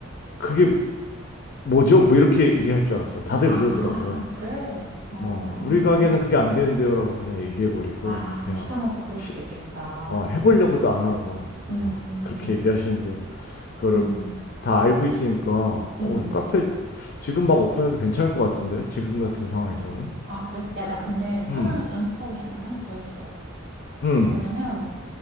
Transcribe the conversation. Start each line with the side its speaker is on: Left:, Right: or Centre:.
Left: 그게 뭐죠? 뭐 이렇게 얘기할 줄 알았어. 다들
Right: 아,
Left: 그러더라고.
Right: 그래? 아.
Left: 어, 우리 가게는 그게 안 되는데요라고 그냥 얘기해 버리고
Right: 아,
Left: 그냥
Right: 귀찮아서 그럴
Left: 시-
Right: 수도 있겠다.
Left: 어, 해보려고도 안 하고
Right: 음,
Left: 어, 그렇게 얘기하시는데 그거를
Right: 음,
Left: 다 알고 있으니까
Right: 음,
Left: 어,
Right: 음.
Left: 카페 지금 막 오픈해도 괜찮을 것 같은데 지금 같은 상황에서는
Right: 아, 그래? 야, 나 근데 하나
Left: 음,
Right: 연습하고 싶은 게 하나 더 있어.
Left: 음,
Right: 뭐냐면,